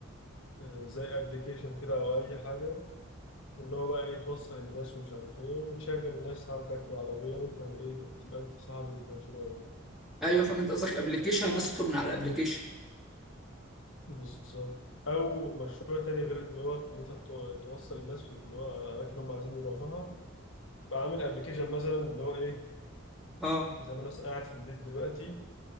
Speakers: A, on the left; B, in the centre.
A: آه، زي أبلكيشن كده أو أي حاجة اللي هو بقى إيه توصل الناس ومش عارف إيه وتشغل الناس عندك في العربية وأنت إيه تبقى أنت صاحب المشروع يعني.
B: ايوه فاهم انت قصدك ابلكيشن الناس تطلب من على الابلكيشن
A: بالظبط او مشروع تاني غير اللي هو ان انت تو- توصل الناس في اللي هو الاماكن اللي هم عايزين يروحوها فعامل ابلكيشن مثلا اللي هو ايه
B: اه
A: زي ما انا مثلاً قاعد في البيت دلوقتي